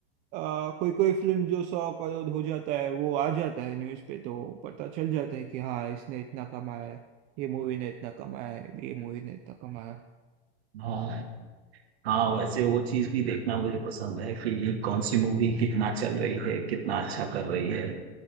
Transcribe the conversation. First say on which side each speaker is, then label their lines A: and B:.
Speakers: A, on the right (about 25°); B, on the right (about 70°).
A: आ, कोई कोई फिल्म जो सौ करोड़ हो जाता है वो आ जाता है न्यूज़ पे तो पता चल जाता है कि हाँ इसने इतना कमाया ये मूवी ने इतना कमाया ये मूवी ने इतना कमाया
B: हाँ हाँ वैसे वो चीज भी देखना मुझे पसंद है कि कौन सी मूवी कितना चल रही है कितना अच्छा कर रही है